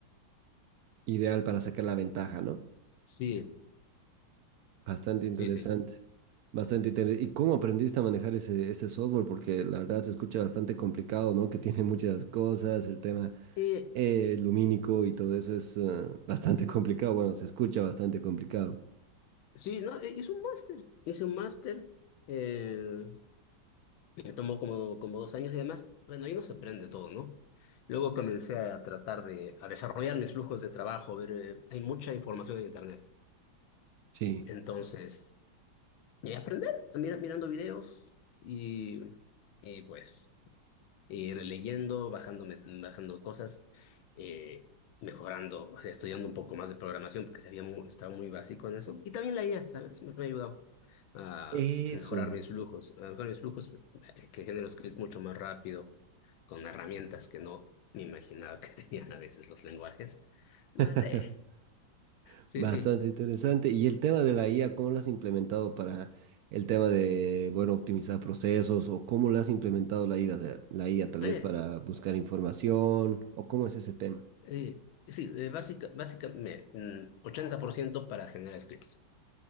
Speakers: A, on the right; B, on the left.
A: ideal para sacar la ventaja, ¿no?
B: Sí,
A: Bastante interesante.
B: sí, sí.
A: Bastante interesante. ¿Y cómo aprendiste a manejar ese, ese software? Porque la verdad se escucha bastante complicado, ¿no? Que tiene muchas cosas, el tema
B: Eh,
A: eh, lumínico y todo eso es eh, bastante <laughs> complicado. Bueno, se escucha bastante complicado.
B: sí, no, eh, hice un máster, hice un máster, eh, me tomó como, como dos años y además, bueno, ahí no se aprende todo, ¿no? Luego comencé a tratar de, a desarrollar mis flujos de trabajo, ver, eh, hay mucha información en Internet.
A: Sí.
B: Entonces, y aprender, mira- mirando videos y, y, pues ir leyendo, bajándome, bajando cosas, eh, mejorando, o sea, estudiando un poco más de programación, porque sabía mu- estaba muy básico en eso. Y también la IA, ¿sabes? Me, me ha ayudado a
A: Eso.
B: mejorar mis flujos, a mejorar mis flujos, eh, que genero scripts mucho más rápido, con herramientas que no me imaginaba que <laughs> tenían a veces los lenguajes. No
A: <laughs>
B: sé, sí,
A: Bastante
B: sí.
A: interesante. Y el tema de la IA, ¿cómo lo has implementado para el tema de, bueno, optimizar procesos o cómo lo has implementado la IA, O sea, la IA tal
B: Oye,
A: vez para buscar información o cómo es ese tema?
B: Eh, sí, eh, básica, básicamente mm, 80% para generar scripts